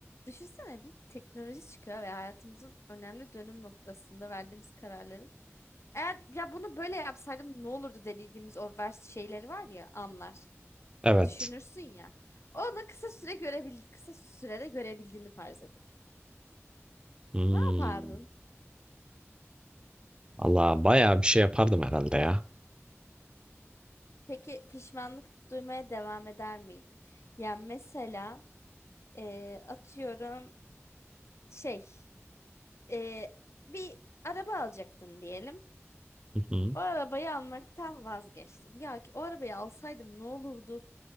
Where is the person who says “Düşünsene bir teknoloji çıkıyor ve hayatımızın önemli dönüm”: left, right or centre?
Left